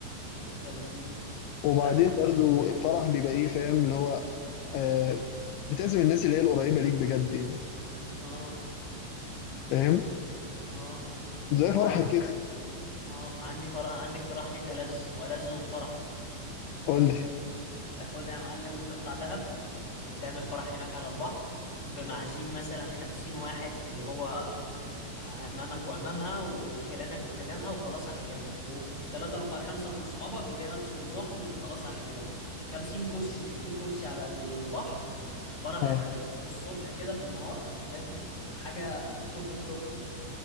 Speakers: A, on the left; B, on the left.
A: وفكرة لذيذة
B: وبعدين
A: لا و...
B: برضو الفرح بيبقى ايه فاهم اللي هو آه بتعزم الناس اللي هي القريبة ليك بجد يعني
A: <laughs> اه
B: فاهم
A: اه
B: زي
A: وعندي
B: فرحك كده
A: اه عندي فرح عندي اقتراح ليك ألذ وألذ من فرحي
B: قول لي
A: تاخدها يا معلم وتطلع دهب وتعمل فرح هناك على البحر بمعازيم مثلا خمسين واحد اللي هو عمامك وعمامها وخلانك وخلانها وخلاص على كده وثلاثة أربعة خمسة من أصحابك وهي نفس النظام وخلاص على كده خمسين كرسي ستين كرسي على البحر فرح
B: اه
A: آه، الصبح كده في النهار يعني حاجة توب التوب